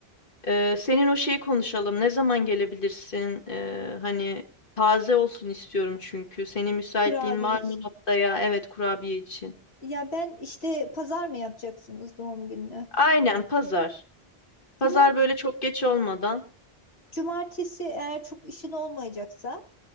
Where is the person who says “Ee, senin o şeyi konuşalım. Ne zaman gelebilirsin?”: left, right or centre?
Left